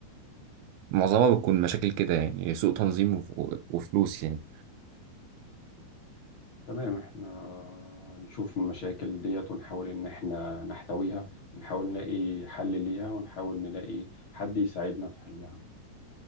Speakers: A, on the right; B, on the left.
A: معظمها بتكون مشاكل كده يعني سوء تنظيم وف- وفلوس يعني
B: تمام احنا نشوف المشاكل ديت ونحاول ان احنا نحتويها ونحاول نلاقي حل ليها ونحاول نلاقي حد يساعدنا في حلها